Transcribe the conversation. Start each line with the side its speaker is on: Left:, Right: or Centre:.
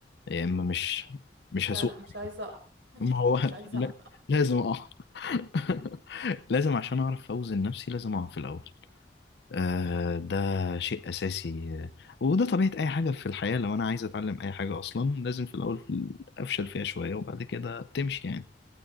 Left: يا إما مش مش
Right: لا
Left: هسوق
Right: لا مش عايزه اقع
Left: ما هو
Right: مش عايزه
Left: لا-
Right: اقع
Left: لازم اه <laughs> لازم عشان اعرف اوزن نفسي لازم اقف في الاول آه ده شيء اساسي آه، وده طبيعه اي حاجه في الحياه لو انا عايز اتعلم اي حاجه اصلا لازم في الاول افشل فيها شويه وبعد كده بتمشي يعني